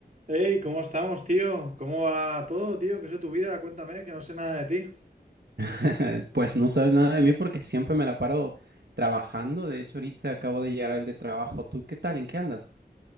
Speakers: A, on the right; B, on the right.
A: Hey, ¿cómo estamos, tío? ¿Cómo va todo, tío? ¿Qué es de tu vida? Cuéntame, que no sé nada de ti.
B: <laughs> Pues no sabes nada de mí porque siempre me la paro trabajando. De hecho, ahorita acabo de llegar al de trabajo. ¿Tú qué tal? ¿En qué andas?